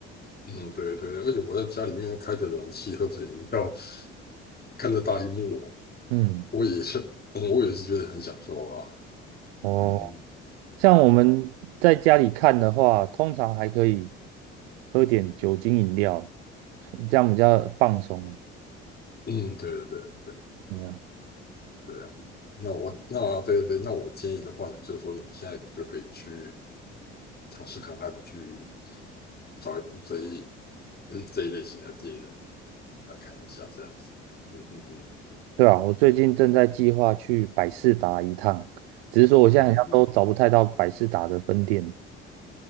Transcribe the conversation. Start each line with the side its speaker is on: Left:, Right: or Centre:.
Left: 嗯，对对对，而且我在家里面开着冷气，喝着饮料，看着大荧幕，
Right: 嗯，
Left: 我也是，嗯，我也是觉得很享受啊。
Right: 哦，
Left: 嗯
Right: 像我们在家里看的话，通常还可以喝点酒精饮料，这样比较放松。
Left: 嗯，对对对对
Right: 怎么样
Left: 对啊那我那对对对，那我建议的话呢，就是说你现在就可以去尝试看看，去找一部这一嗯这一类型的电影来看一下，这样子。嗯嗯嗯
Right: 对啊，我最近正在计划去百事达一趟，只是说我现在好像都找不太到百事达的分店
Left: 嗯嗯